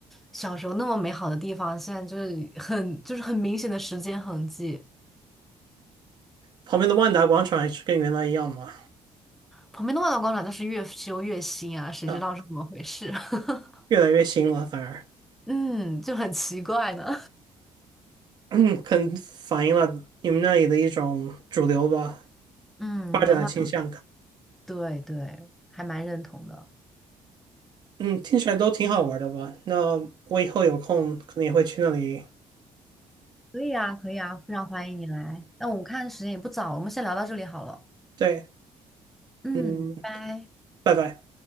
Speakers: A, in the centre; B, on the right.
A: 小时候那么美好的地方，现在就是很就是很明显的时间痕迹。
B: 旁边的万达广场还是跟原来一样嘛？
A: 旁边的万达广场倒是越修越新啊，谁知道是怎么回事？
B: 啊，
A: <laughs>
B: 越来越新了，反而
A: 嗯，就很奇怪呢。
B: <clears throat> 可能反映了你们那里的一种主流吧，
A: <laughs> 嗯，
B: 发展的倾向感。
A: 文化，对对，还蛮认同的。
B: 嗯，听起来都挺好玩的吧？那我以后有空可能也会去那里。
A: 可以啊，可以啊，非常欢迎你来。那我们看时间也不早了，我们先聊到这里好了。
B: 对，
A: 嗯，
B: 嗯，
A: 拜拜。
B: 拜拜。